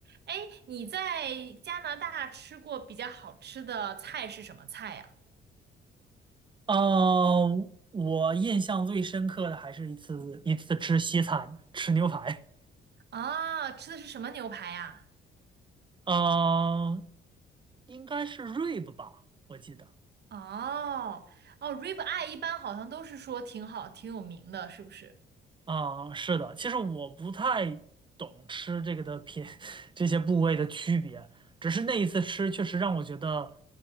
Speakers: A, on the right; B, on the right.
A: 哎，你在加拿大吃过比较好吃的菜是什么菜呀？
B: 呃，我印象最深刻的还是一次一次吃西餐，吃牛排。
A: 啊，吃的是什么牛排呀？
B: 呃，应该是 rib 吧，我记得。
A: 哦哦，rib eye 一般好像都是说挺好、挺有名的，是不是？
B: 啊、是的，其实我不太懂吃这个的品，<laughs> 这些部位的区别，只是那一次吃确实让我觉得